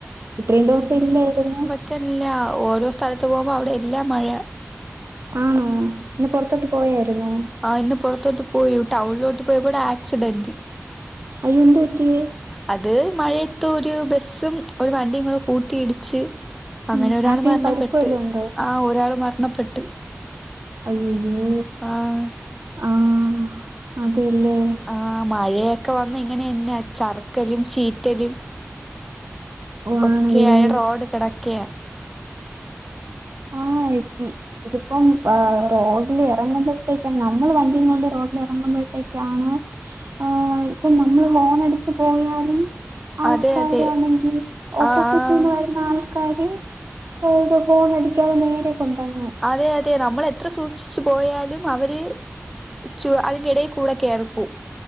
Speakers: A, on the right; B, in the centre.
A: ഇത്രയും ദിവസം ഇല്ലായിരുന്നു
B: റ്റല്ലാ ഓരോ സ്ഥലത്ത് പോവുമ്പോ അവടെ എല്ലാം മഴയാ
A: ആണോ ഇന്ന് പൊർത്തോട്ട് പോയായിരുന്നോ
B: ആ ഇന്ന് പോറത്തോട്ട് പോയി ടൗൺലോട്ട് പോയപ്പൊ അവടെ ആക്സിഡന്റ്
A: അയ്യോ എന്തു പറ്റി
B: അത് മഴയത്തൊര് ബസ്സും ഒരു വണ്ടിയും കൂടെ കൂട്ടിയിടിച്ച് അങ്ങനെ
A: ഉം
B: ഒരാള്
A: ആർക്കേലും
B: മരണപ്പെട്ട്
A: പരിക്ക് വല്ലോം ഉണ്ടോ
B: ആ ഒരാള് മരണപ്പെട്ട്
A: അയ്യയ്യോ
B: ആഹ്
A: ആഹ് അതെ ലെ
B: ആഹ് മഴയൊക്ക വന്ന ഇങ്ങനെന്നെ ചറ്ക്കലും ചീറ്റലും
A: ഓ
B: ഒക്കെയായ
A: ആണല്ലേ
B: റോഡ് കെടക്ക്യാ
A: ആഹ് ഇതിപ്പം റോഡില് എറങ്ങുമ്പ ത്തേക്ക് നമ്മള് വണ്ടിയും കൊണ്ട് റോഡില് എറങ്ങുമ്പഴത്തേക്കാണ് ആ ഇപ്പം നമ്മള് ഹോണടിച്ച് പോയാലും ആൾക്കാരാണെങ്കിൽ
B: അതെ അതെ
A: ഓപ്പോസിറ്റ്
B: ആഹ് ആഹ്
A: നിന്ന് വരുന്ന ആൾ ക്കാര് ഇത് ഹോണ അടിക്കാതെ നേരെ കൊണ്ടങ്
B: അതെ അതെ നമ്മള് എത്ര സൂക്ഷിച്ചു പോയാലും അവര് ചു അതിന്റെ എടെ കൂടെ കേറിപോവും